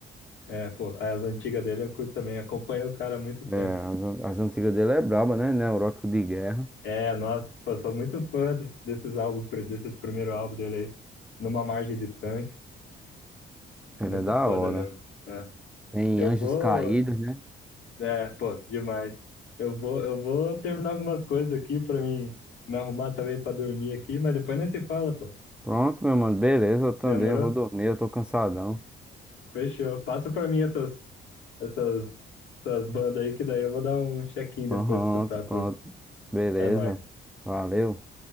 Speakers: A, on the left (about 70°); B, in the centre.
A: É, pô, as antigas dele eu curto também, acompanho o cara há muito
B: É,
A: tempo.
B: as, an- as antigas dele é braba, né? Neurótico de guerra.
A: É, nossa, pô, sou muito fã des- desses álbuns, pri- desses primeiro álbum dele aí, Numa Margem Distante,
B: Ele
A: muito
B: é da
A: foda
B: hora.
A: mesmo. É.
B: Tem
A: Eu
B: Anjos
A: vou,
B: Caídos, né?
A: é, pô, demais. Eu vou, eu vou terminar algumas coisas aqui pra mim me arrumar também pra dormir aqui, mas depois nós se fala, pô.
B: Pronto, meu mano. Beleza, eu também
A: Demorou?
B: vou dormir. Eu tô cansadão.
A: Fechou. Passa pra mim essas, essas, essas bandas aí que daí eu vou dar um check-in depois
B: Pronto,
A: escutar
B: pronto.
A: tudo.
B: Beleza.
A: É nóis.
B: Valeu.